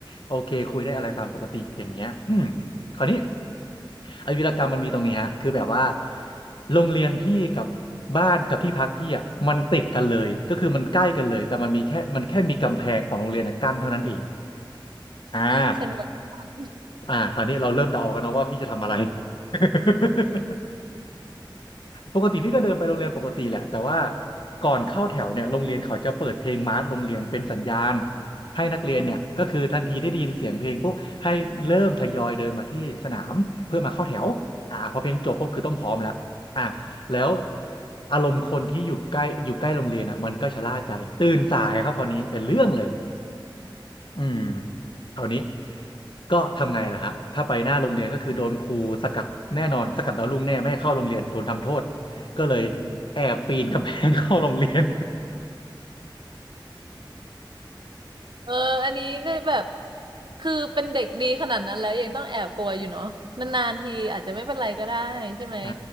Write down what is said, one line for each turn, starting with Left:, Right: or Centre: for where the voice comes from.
Left: โอเคคุยได้อะไรตามปกติอย่างเงี้ยอืม คราวนี้ไอ้วีรกรรมมันมีตรงนี้ฮะคือแบบว่าโรงเรียนพี่กับบ้านกับที่พักพี่อ่ะมันติดกันเลยก็คือมันใกล้กันเลยแต่มันมีแค่มันแค่มีกำแพงของโรงเรียนอะกั้นเท่านั้นเองอ่า
Right: <laughs> สะดวกมาก
Left: อ่าคราวนี้เราเริ่มเดาออกกันนะว่าพี่จะทำอะไร <laughs> ปกติพี่ก็เดินไปโรงเรียนปกติแหละแต่ว่าก่อนเข้าแถวเนี่ยโรงเรียนเขาจะเปิดเพลงมาร์ชโรงเรียนเป็นสัญญาณให้นักเรียนเนี่ยก็คือทันทีที่ได้ยินเสียงเพลงปุ๊บให้เริ่มทยอยเดินมาที่สนามเพื่อมาเข้าแถวอ่าพอเพลงจบปุ๊บคือต้องพร้อมแล้วอ่ะแล้ว
Right: <laughs> อืม
Left: อารมณ์คนที่อยู่ใกล้อยู่ใกล้โรงเรียนอ่ะมันก็ชะล่าใจตื่นสายครับคราวนี้เป็นเรื่องเลย อืมคราวนี้ ก็ทำไงล่ะครับถ้าไปหน้าโรงเรียนก็คือโดนครูสกัดแน่นอนสกัดดาวรุ่งแน่ไม่ให้เข้าโรงเรียนโดนทำโทษ ก็เลย
Right: อืม
Left: แอบปีนกำแพง <laughs> เข้าโรงเรียน
Right: เอออันนี้ได้แบบ คือเป็นเด็กดีขนาดนั้นแล้วยังต้องแอบกลัวอยู่เนาะนานๆทีอาจจะไม่เป็นไรก็ได้ใช่ไหม
Left: อ่า